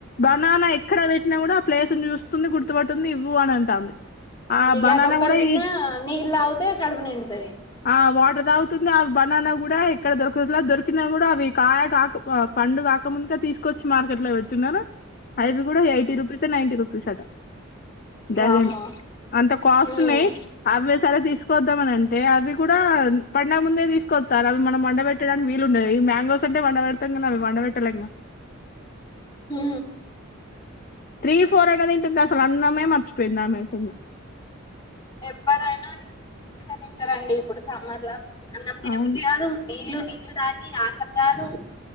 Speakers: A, on the left; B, on the left.
A: బననా పెట్టినా కూడా ఆ ప్లేస్ను చూస్తుంది గుర్తుపట్తుంది ఇవ్వు అని అంటాంది ఆ
B: ఇగ
A: బనానా
B: అదొక్కటి
A: కూడా
B: తిన్న
A: ఈ
B: నీ ఇలా అవ్తే కడుపు నిండుతాది
A: ఆ వాటర్ తాగుతుంది అవి బనానా కూడా ఇక్కడ దొరుకుతులా దొరికినా కూడా అవి కాయ కాక పండు కాకముందుగా తీసుకొచ్చి మార్కెట్ లో పెడుతున్నారు ఐదు కూడా ఎయిటీ రుపీస్యే నైంటీ రుప్ పుష్ ఆట డజన్
B: వామ్మో
A: అంత కాస్ట్
B: ఉమ్
A: ఉన్నాయి అవే సాల తీసుకు తీసుకోద్దామనన్టే అవి కూడా పండగ ముందే తీసుకొస్తారు అ మనం వండ పెట్టడానికి వీలుండేది ఈ మ్యాంగోస్ అంటే వండ పెడతాం క అవి వండ పెట్టలేం కదా
B: హు
A: త్రీ ఫోర్ అయిన తిన్టుంది అసలు అన్నమే మర్చిపోయింది ఆమె అయితే
B: ఎవ్వరైనా ఈ ఫ్రూట్స్ తింటారండి ఇప్పుడు సమ్మర్ లో అన్నం తినబుద్ధి
A: అవును
B: కాదు నీళ్లు నీళ్లు నీల్లు తాగి ఆకలి కాదు